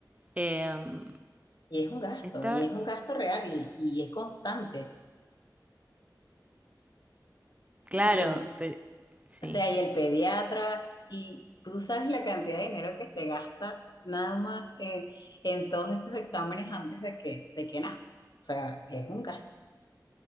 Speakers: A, on the right (about 20°); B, on the left (about 70°).
A: Em,
B: Y es un gasto,
A: está
B: y es un gasto real y, y es constante.
A: claro,
B: Y el,
A: pero sí.
B: o sea, y el pediatra, y tú sabes la cantidad de dinero que se gasta nada más que en todos estos exámenes antes de que, de que nazca. O sea, es un gasto.